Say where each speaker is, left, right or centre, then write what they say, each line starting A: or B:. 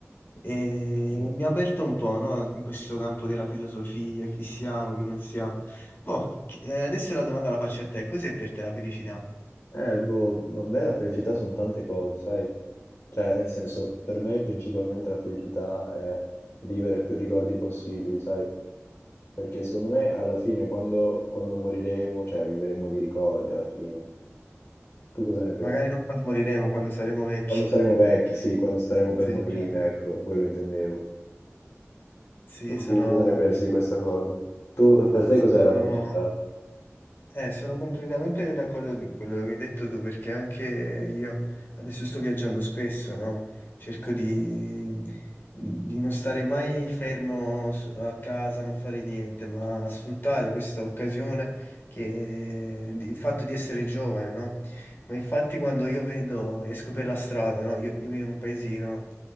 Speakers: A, on the left; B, on the left.
A: E mi ha aperto un po', no? In questo campo della filosofia, chi siamo, chi non siamo. Boh, chi- eh, adesso la domanda la faccio a te. Cos'è per te la felicità?
B: Eh, boh, ma a me la felicità sono tante cose, sai? Cioè, nel senso, per me principalmente la felicità è vivere più ricordi possibili, sai? Perché secondo me alla fine, quando, quando moriremo, cioè vivremo di ricordi alla fine. Tu cosa ne pensi?
A: Magari non quando moriremo, quando saremo vecchi.
B: Quando saremo
A: <laughs>
B: vecchi, sì, quando staremo per
A: Sì,
B: morire,
A: chiaro.
B: ecco, quello intendevo.
A: Sì,
B: Tu
A: sono,
B: cosa ne pensi di questa cosa? Tu, per te
A: sì,
B: cos'è
A: sono
B: la felicità?
A: Eh, sono completamente d'accordo con quello che hai detto tu, perché anche io adesso sto viaggiando spesso, no? Cerco di, di non stare mai fermo su- a casa, non fare niente, ma sfruttare questa occasione che, di- il fatto di essere giovane, no? Ma infatti quando io vedo, esco per la strada, no? Io, io vivo in un paesino